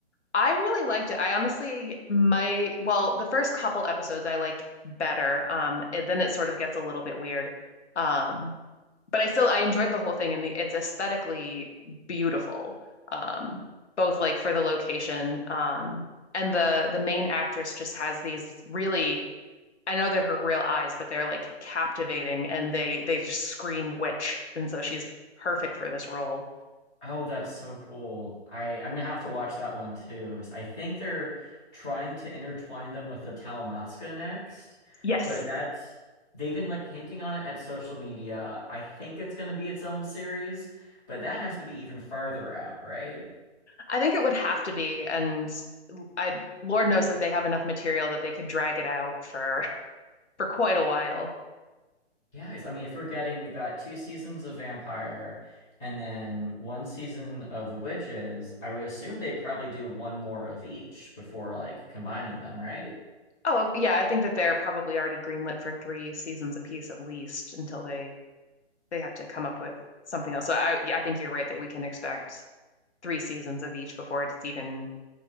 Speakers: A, on the left; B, on the left.
A: I really liked it. I honestly my well, the first couple episodes I liked better. Um, it, then it sort of gets a little bit weird. Um, but I still I enjoyed the whole thing and the it's aesthetically beautiful. Um, both like for the location, um, and the the main actress just has these really I know they're her real eyes, but they're like captivating and they they just scream witch. And so she's perfect for this role.
B: Oh, that's so cool. I I'm gonna have to watch that one too. 'Cause I think they're trying to intertwine them with the Talamasca next,
A: Yes,
B: but that's they've been like hinting on it at social media. I think it's gonna be its own series, but that has to be even farther out, right?
A: I think it would have to be. And I Lord knows that they have enough material that they could drag it out for <laughs> for quite a while.
B: Yeah, because I mean, if we're getting, we've got two seasons of Vampire and then one season of The Witches, I would assume they'd probably do one more of each before like combining them, right?
A: Oh, yeah, I think that they're probably already greenlit for three seasons apiece at least until they they have to come up with something else. So I yeah, I think you're right that we can expect three seasons of each before it's even,